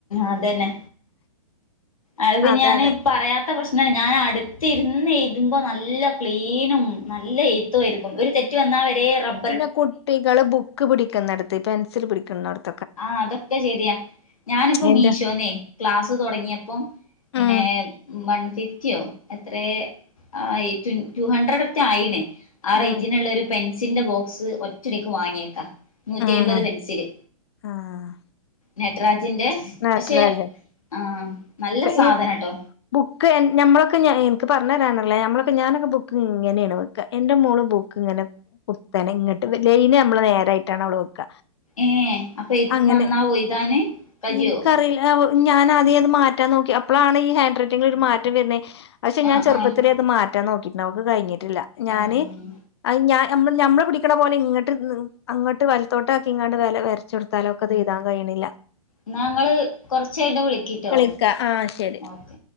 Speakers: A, on the left; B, on the left.
A: അതന്നെ അത് പിന്നെ
B: അതാണ്
A: ഞാന് പറയാത്ത പ്രശ് ഞാൻ അ അടുത്തിരുന്ന് എഴുതുമ്പോൾ നല്ല ക്ലീനും നല്ല എഴുത്തും ആയിരിക്കും ഒരു തെറ്റ് വന്നാൽ വരെ റബ്ബ
B: പിന്നെ കുട്ടികള് ബുക്ക് പിടിക്കുന്നിടത്ത് പെൻസിൽ പിടിക്കുന്നിടത്ത്
A: ആഹ് അതൊക്കെ ശരിയാ ഞാനിപ്പോ
B: എന്റെ
A: മീഷോന്ന് ക്ലാസ് തുടങ്ങിയപ്പോ പിന്നെ
B: ഉം
A: വൺ ഫിഫ്റ്റിയോ എത്ര ആഹ് ടു ഹൺഡ്രഡറ്റെ ആയിണ്. ആ
B: ഉം
A: റേറ്റിനുള്ള ഒരു പെൻസിലിന്റെ ബോക്സ് ഒറ്റടിക്ക് വാങ്ങിയേക്കാ, നൂറ്റി
B: ഉം
A: അഴ്മ്പത് പെൻസില്
B: ആഹ്
A: നട്ട്രാജിന്റെ
B: നടരാജൻ
A: പക്ഷേ ആ നല്ല സാധനം
B: ഇ
A: കേട്ടോ.
B: ബുക്ക് നമ്മളൊക്കെ ഞാ എനിക്ക് പറഞ്ഞ് തരാനറില്ല, ഞമ്മളക്കെ ഞാനൊക്കെ ബുക്ക് ഇങ്ങനെയാണ് വെ എന്റെ മോള് ബുക്ക് ഇങ്ങനെ കുത്തനെ ഇങ്ങോട്ട് ലൈന് നമ്മളെ നേരായിട്ടാണ് അവള് വെക്ക.
A: ഏ അപ്പൊ
B: അങ്ങനെ
A: നന്നാവോ എഴുതാന്. കജ്ജോ
B: എനിക്കറിയില്ല ഞാനാദ്യ അത് മാറ്റാൻ നോക്കി. അപ്പോളാണ് ഈ ഹൻഡ്റൈറ്റിംഗിൽ ഒരു മാറ്റം വരുന്നത് പക്ഷെ ഞാൻ
A: ആഹ്
B: ചെുപ്പത്തിലേ
A: ആഹ്
B: അത് മാറ്റാൻ നോക്കിട്ടുണ്ട് അവൾക്ക് കഴി ട്ടില്ല ഞാന്
A: ആഹ്
B: ആ ഞാൻ നമ്മ നമ്മള് പിടിക്കണ പോലെ ഇങ്ങട്ട് അങ്ങട്ട് വലത്തോട്ടാക്കിക്കാണ്ട് വര വരച്ചെടുത്താലൊക്കത് എഴുതാൻ കഴിണില്ല.
A: ന്നാ ങ്ങള് കൊറച്ച് കഴിഞ്ഞിട്ട് വിളിക്കിട്ടോ
B: വിളിക്ക ആ ശരി
A: ഓക്കെ.